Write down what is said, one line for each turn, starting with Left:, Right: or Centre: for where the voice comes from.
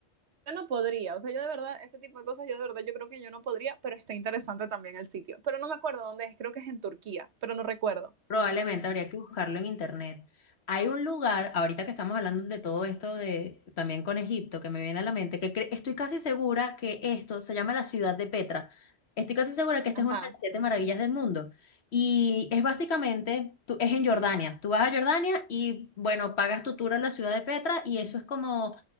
Right: yo no podría, o sea, yo de verdad, ese tipo de cosas, yo de verdad, yo creo que yo no podría, pero está interesante también el sitio. Pero no me acuerdo dónde es, creo que es en Turquía, pero no recuerdo.
Left: Probablemente habría que buscarlo en internet. Hay un lugar, ahorita que estamos hablando de todo esto de también con Egipto, que me viene a la mente, que cre- estoy casi segura que esto se llama la ciudad de Petra. Estoy casi segura que esta
Right: Ajá,
Left: es una de las siete maravillas del mundo. Y es básicamente, tú- es en Jordania. Tú vas a Jordania y, bueno, pagas tu tour a la ciudad de Petra y eso es como